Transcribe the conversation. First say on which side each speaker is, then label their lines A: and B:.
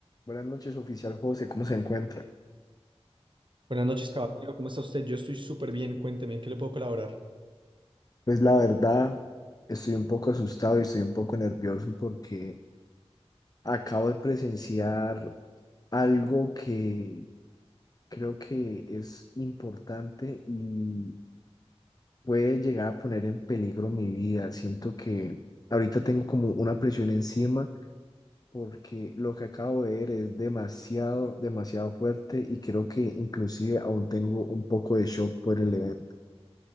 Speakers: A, on the left; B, on the right.
A: Buenas noches, oficial José, ¿cómo se encuentra?
B: Buenas noches, caballero. ¿Cómo está usted? Yo estoy súper bien. Cuénteme, ¿en qué le puedo colaborar?
A: Pues la verdad, estoy un poco asustado y estoy un poco nervioso porque acabo de presenciar algo que creo que es importante y puede llegar a poner en peligro mi vida. Siento que ahorita tengo como una presión encima porque lo que acabo de ver es demasiado, demasiado fuerte y creo que inclusive aún tengo un poco de shock por el evento.